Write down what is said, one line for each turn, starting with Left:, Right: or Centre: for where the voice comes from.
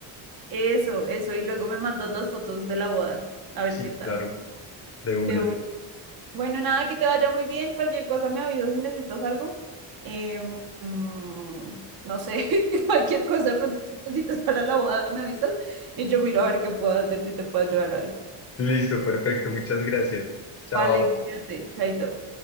Right: eso, eso. Y luego me mandas las fotos de la boda, a ver
Left: Sí,
Right: qué tal.
Left: claro. De una.
Right: De una. Bueno, nada, que te vaya muy bien. Cualquier cosa me avisas si necesitas algo. Em, mm, no sé, <laughs> cualquier cosa de pronto que necesites para la boda me avisas y yo miro a ver qué puedo hacer si te puedo ayudar o algo.
Left: Listo, perfecto. Muchas gracias. Chao.
Right: Vale, cuídate, chaito.